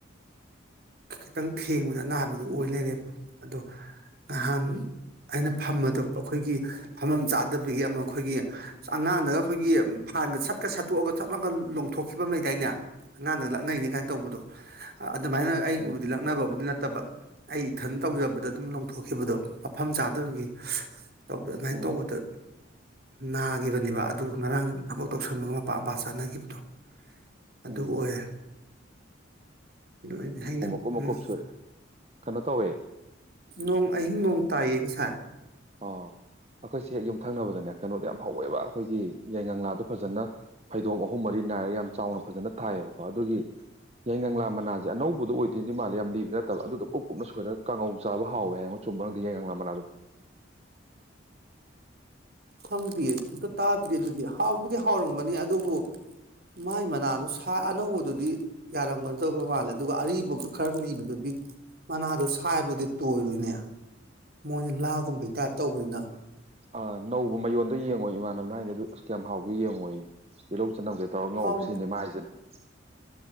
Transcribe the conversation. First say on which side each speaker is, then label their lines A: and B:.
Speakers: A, on the right (about 50°); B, on the right (about 30°).
A: ꯈꯤꯇꯪ ꯊꯦꯡꯕꯗ ꯑꯅꯥꯕꯤꯗꯨ ꯑꯣꯏ ꯂꯩꯔꯦꯕ ꯑꯗꯣ ꯅꯍꯥꯟ ꯑꯩꯅ ꯐꯝꯃꯗꯣ ꯑꯩꯈꯣꯏꯒꯤ ꯐꯝꯐꯝ ꯆꯥꯗꯕꯒꯤ ꯑꯃ ꯑꯩꯈꯣꯏꯒꯤ ꯑꯉꯥꯡꯗꯒ ꯑꯩꯈꯣꯏꯒꯤ ꯐꯥꯟꯒ ꯁꯠꯀ ꯁꯠꯇꯣꯛꯑꯒ ꯊꯛꯂꯝꯒ ꯂꯣꯡꯊꯣꯛꯈꯤꯕꯉꯗꯥꯏꯅꯦ ꯑꯉꯥꯡꯗꯒ ꯂꯛꯅꯩꯅꯦ ꯀꯥꯏꯅ ꯇꯧꯕꯗꯣ ꯑꯗꯨꯃꯥꯏꯅ ꯑꯩ ꯕꯨꯗꯤ
B: ꯎꯝ
A: ꯂꯥꯛꯅꯕꯕꯨꯗꯤ ꯅꯠꯇꯕ ꯑꯩ ꯏꯊꯟ ꯇꯧꯖꯕꯗ ꯑꯗꯨꯝ ꯂ ꯂꯧꯊꯣꯛꯈꯤꯕꯗꯣ ꯃꯐꯝ ꯆꯥꯗꯕꯒꯤ ꯇꯧꯕ ꯑꯗꯨꯃꯥꯏꯅ
B: ꯎꯝ
A: ꯇꯧꯕꯗ ꯅꯥꯈꯤꯕꯅꯦꯕ ꯑꯗꯨꯒ ꯉꯔꯥꯡ ꯊꯕꯛ ꯇꯧꯁꯟꯕꯒ ꯃꯄꯥ ꯃꯄꯥ ꯆꯥꯅꯈꯤꯕꯗꯣ ꯑꯗꯨ
B: ꯎꯝ
A: ꯑꯣꯏꯔ ꯑꯗꯨ ꯑꯩꯅ
B: ꯀꯨꯞꯃꯀꯨꯞ
A: ꯎꯝ
B: ꯁꯨꯔꯦ ꯀꯩꯅꯣ ꯇꯧꯋꯦ
A: ꯅꯣꯡ ꯑꯍꯤꯡ ꯅꯣꯡ ꯇꯥꯏꯌꯦ ꯉꯁꯥꯏ
B: ꯑꯣ ꯑꯩꯈꯣꯏꯁꯦ ꯍꯦꯛ ꯌꯨꯝ ꯊꯪꯅꯕꯗꯅꯦ ꯀꯩꯅꯣꯗꯣ ꯌꯥꯝ ꯍꯧꯋꯦꯕ ꯑꯩꯈꯣꯏꯒꯤ ꯌꯥꯏꯉꯪꯂꯥꯗꯣ ꯐꯖꯅ ꯐꯩꯗꯣꯝ ꯑꯍꯨꯝ ꯃꯔꯤ ꯅꯥꯏꯔꯒ ꯌꯥꯝ ꯆꯥꯎꯅ ꯐꯖꯅ ꯊꯥꯏꯌꯦꯕꯀꯣ ꯑꯗꯨꯒꯤ ꯌꯥꯏꯉꯪꯂꯥ ꯃꯅꯥꯁꯦ ꯑꯅꯧꯕꯗꯣ ꯑꯣꯏꯗꯣꯏꯗꯤ ꯃꯥꯜꯂꯦ ꯌꯥꯝ ꯂꯤꯕꯗ ꯇꯕ ꯑꯗꯨꯗꯣ ꯀꯨꯞ ꯀꯨꯞꯅ ꯁꯣꯏꯔꯒ ꯀꯥꯡꯉꯧ ꯆꯥꯕ ꯍꯥꯎꯋꯦ ꯍꯥꯏꯌꯦꯉꯣ ꯆꯨꯝꯕ꯭ꯔꯥ ꯈꯪꯗꯦ ꯌꯥꯏꯉꯪꯂꯥ ꯃꯅꯥꯗꯣ
A: ꯈꯪꯗꯤꯌꯦ ꯑꯝꯇ ꯇꯥꯗ꯭ꯔꯤ ꯗꯨꯗꯤ ꯍꯥꯎꯕꯨꯗꯤ ꯍꯥꯎꯔꯝꯒꯅꯤ ꯑꯗꯨꯕꯨ ꯃꯥꯏ ꯃꯅꯥꯗꯨ ꯁꯥ ꯑꯅꯧꯕꯗꯨꯗꯤ ꯌꯥꯔꯝꯒꯗꯕ ꯃꯥꯜꯂꯦ ꯑꯗꯨꯒ ꯑꯔꯤꯕ ꯈꯔ ꯂꯤꯕꯗꯨꯗꯤ ꯃꯅꯥꯗꯨ ꯁꯥꯏꯕꯗꯨꯗꯤ ꯇꯣꯏꯔꯣꯏꯅꯦ ꯃꯣꯏꯅ ꯂꯥꯒꯨꯝꯕꯩ ꯇꯥꯏꯞ ꯇꯧꯕꯅꯤꯅ
B: ꯑ ꯅꯧꯕ ꯃꯌꯣꯟꯗꯣ ꯌꯦꯡꯉꯣ ꯏꯃꯥꯟꯅꯕꯅ ꯍꯥꯏꯅꯤ ꯑꯗꯨ ꯑꯁ ꯀꯌꯥꯝ ꯍꯥꯎꯒꯦ ꯌꯦꯡꯉꯣꯌꯦ ꯆꯅꯝꯒꯦ ꯇꯧꯔꯒ ꯉꯧꯕ
A: ꯍꯥꯎꯕꯗꯤ
B: ꯁꯤꯅꯤ ꯃꯥ ꯍꯥꯏꯁꯤꯅ <unintelligible>